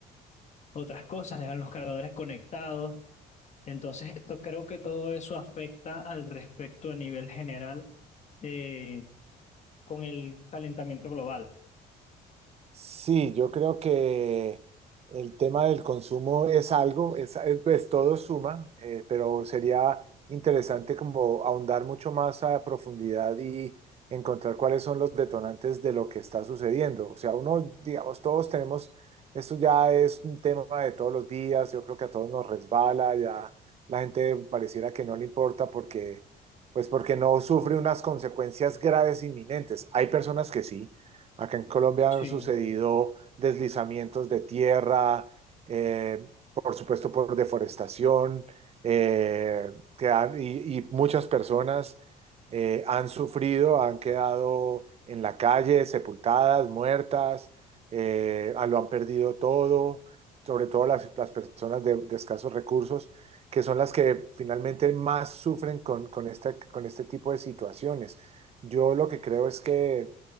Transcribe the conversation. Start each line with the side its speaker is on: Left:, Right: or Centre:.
Left: otras cosas, dejan los cargadores conectados. Entonces, esto, creo que todo eso afecta al respecto a nivel general eh, con el calentamiento global.
Right: Sí, yo creo que el tema del consumo es algo, es, es- pues todo suma, eh, pero sería interesante como ahondar mucho más a profundidad y encontrar cuáles son los detonantes de lo que está sucediendo. O sea, uno, digamos, todos tenemos, esto ya es un tema de todos los días, yo creo que a todos nos resbala, ya la gente pareciera que no le importa porque, pues porque no sufre unas consecuencias graves inminentes. Hay personas que sí. Acá en Colombia
Left: Sí,
Right: han sucedido deslizamientos de tierra, eh, por supuesto por deforestación, eh, que han- y, y muchas personas eh, han sufrido, han quedado en la calle, sepultadas, muertas, eh, ah, lo han perdido todo, sobre todo las, las personas de, de escasos recursos, que son las que finalmente más sufren con, con esta- con este tipo de situaciones. Yo lo que creo es que